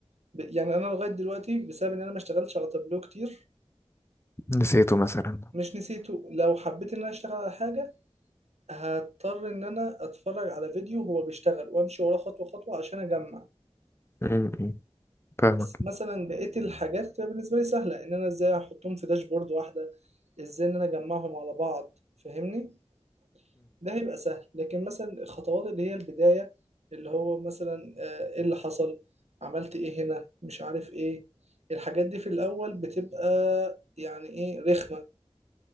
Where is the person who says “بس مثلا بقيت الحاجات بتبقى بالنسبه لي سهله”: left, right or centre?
Right